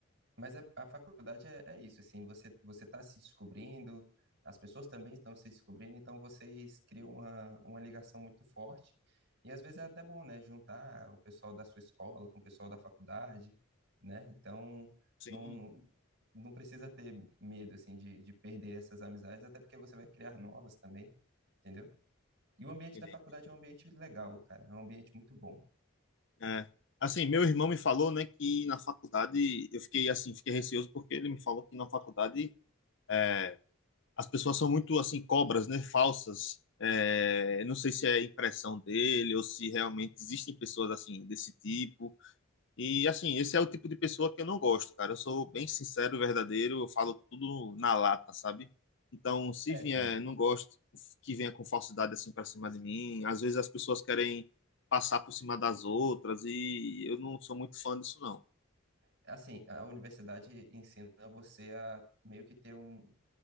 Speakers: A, on the right; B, on the left.
A: Mas é- a faculdade é, é isso, assim, você você está se descobrindo, as pessoas também estão se descobrindo, então vocês criam uma, uma ligação muito forte. E às vezes é até bom, né, juntar o pessoal da sua escola com o pessoal da faculdade, né? Então,
B: Sim,
A: não, não, não precisa ter medo, assim, de, de perder essas amizades, até porque você vai criar novas também, entendeu? E o ambiente
B: entendi.
A: da faculdade é um ambiente legal, cara. É um ambiente muito bom.
B: É. Assim, meu irmão me falou, né, que na faculdade eu fiquei assim, fiquei receoso porque ele me falou que na faculdade é, as pessoas são muito assim cobras, né, falsas. É, eu não sei se é impressão dele ou se realmente existem pessoas assim desse tipo. E assim, esse é o tipo de pessoa que eu não gosto, cara. Eu sou bem sincero, verdadeiro, eu falo tudo na lata, sabe? Então, se
A: É,
B: vier,
A: cara.
B: não gosto que venha com falsidade assim pra cima de mim. Às vezes as pessoas querem passar por cima das outras e eu não sou muito fã disso, não.
A: Assim, a universidade ensina você a meio que ter um,